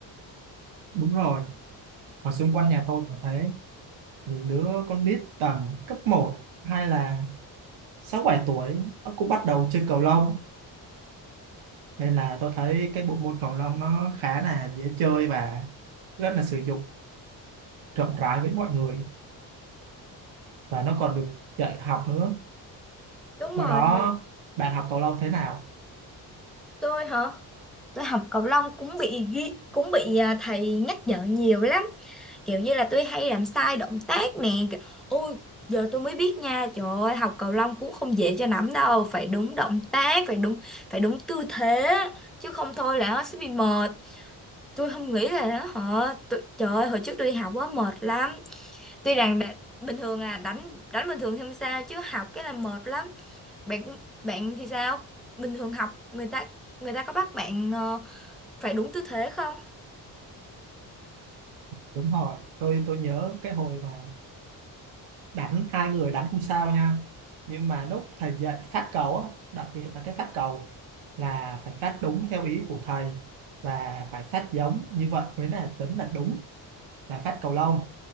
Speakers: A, on the right; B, in the centre.
A: đúng rồi ở xung quanh nhà tôi cũng thế những đứa con nít tầm cấp một hay là 6 7 tuổi nó cũng bắt đầu chơi cầu lông nên là tôi thấy cái bộ môn cầu lông nó khá là dễ chơi và rất là sử dụng rộng rãi với mọi người và nó còn được dạy học nữa
B: đúng
A: hồi
B: rồi
A: đó
B: được.
A: bạn học cầu lông thế nào
B: tôi hả tôi học cầu lông cũng bị ghi cũng bị à, thầy nhắc nhở nhiều lắm kiểu như là tôi hay làm sai động tác nè kiểu, ôi giờ tôi mới biết nha trời ơi học cầu lông cũng không dễ cho lắm đâu phải đúng động tác phải đúng phải đúng tư thế chứ không thôi là nó sẽ bị mờ tôi không nghĩ là nó họ tôi, trời ơi, hồi trước tôi đi học quá mệt lắm tuy rằng đã, bình thường là đánh đánh bình thường thì không sao chứ học cái là mệt lắm bạn bạn thì sao bình thường học người ta người ta có bắt bạn ờ, phải đúng tư thế không
A: đúng rồi tôi tôi nhớ cái hồi mà đánh hai người đánh không sao nha nhưng mà lúc thầy dạy phát cầu á đặc biệt là cái phát cầu là phải phát đúng theo ý của thầy và phải phát giống như vậy mới là tính là đúng là phát cầu lông